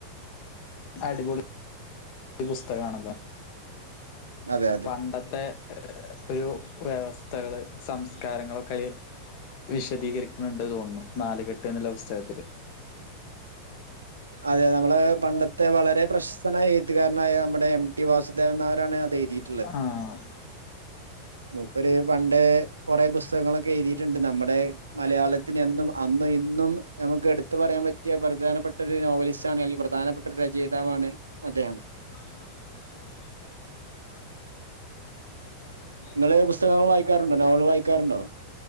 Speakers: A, on the left; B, on the right.
A: അടിപൊളി ഒരു പുസ്തകാണത്
B: അതെ അതെ
A: പണ്ടത്തെ ഒരു വ്യവസ്ഥകള് സംസ്കാരങ്ങളൊക്കെയതില് വിശദീകരിക്കുന്നുണ്ടെന്നു തോന്നുന്നു നാലുകെട്ടെന്നുള്ള പുസ്തകത്തില്
B: അതെ നമ്മളെ പണ്ടത്തെ വളരെ പ്രശസ്തനായ എഴുത്തുകാരനായ നമ്മുടെ എം ടി വാസുദേവൻ നായരാണ് അത് എഴുതിത്
A: ആഹ്
B: മൂപ്പര് പണ്ട് കൊറെ പുസ്തകങ്ങളൊക്കെ എഴുതിയിട്ടുണ്ട് നമ്മടെ മലയാളത്തിന് എന്നും അന്നും ഇന്നും ഞമുക്ക് എടുത്തു പറയാൻ പറ്റിയ പ്രധാനപ്പെട്ട ഒരു നോവലിസ്റ്റ് ആണ് അയ്ലി പ്രധാനപ്പെട്ട ഒരു രചയിതാവാണ് അദ്ദേഹം
A: <inaudible>
B: നിങ്ങള് പുസ്തകം വായിക്കാറുണ്ടോ നോവല് വായിക്കാറുണ്ടോ